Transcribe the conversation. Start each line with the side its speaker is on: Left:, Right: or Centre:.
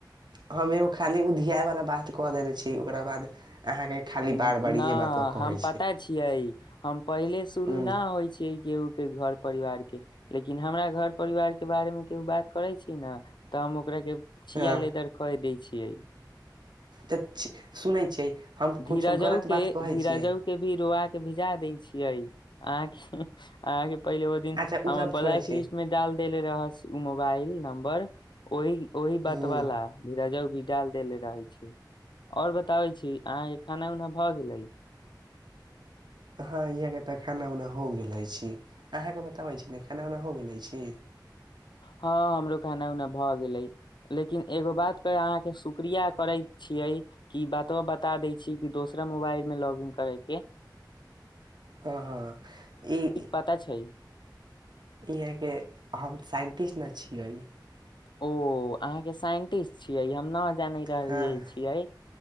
Right: हम एगो खाली उधियाय वाला बात क देनेे छी ओकरा बाद अहाँके खाली
Left: उम्म
Right: बार बार
Left: ना
Right: इहे बात कहै
Left: हम पता छियै, हम पहिले शुरू
Right: हूँ
Left: न होइ छियै केयो के घर परिवार के, लेकिन हमरा घर परिवार के बारेमे केयो बात करै छी ने तऽ हम ओकरे के छिआ
Right: हँ
Left: लेदर कय दै छी इयई
Right: तऽ सुनै छियै हम
Left: धीरजउ
Right: कुछो गलत
Left: के
Right: बात कहै
Left: धीरजउ
Right: छियै
Left: के भी रोआ के भिजा दे। छियइ आहके आहके पहिले ओ दिन
Right: अच्छा
Left: हम
Right: ओसभ
Left: ब्लैक
Right: छोड़ै छियै
Left: लिस्ट में डाल देले रह उ मोबाइल। नम्बर ओहि ओहि बात
Right: हूँ
Left: वाला भीरा जाउ। भी डाल देले रहै छैय और बताबै छी अहाँ खाना उना भऽ गेलै।
Right: हँ यह के तऽ खाना उना हो गेल छी अहाँ के बताबै छी। खाना उना हो गेले छी।
Left: हँ हमरो खाना उना भऽ गेलै लेकिन एगो बातके अहाँके शुक्रिया करै छियै कि बातो बता दै छी कि दोसरा मोबाइलमे लॉग इन करैके।
Right: हँ हँ ई
Left: पता छै
Right: इहा के हम सा <unintelligible> न छियै।
Left: ओ अहाँके साइंटिस्ट छियै हम ना। जान रहल
Right: हँ
Left: छिय